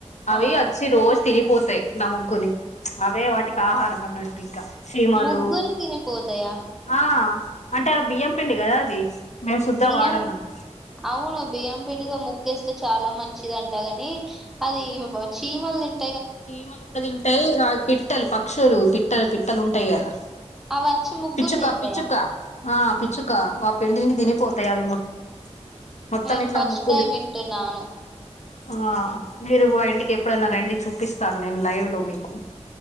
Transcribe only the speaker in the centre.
ఆ
ముగ్గుని తినిపోతాయా
బియ్యం
అవును బియ్యం పిండితో ముగ్గేస్తే చాలా మంచిది అంటాగాని అది చీమలు తింట
అవి వచ్చి ముగ్గుని
తింటాయా
నేను
ఫస్ట్
టైం వింటున్నాను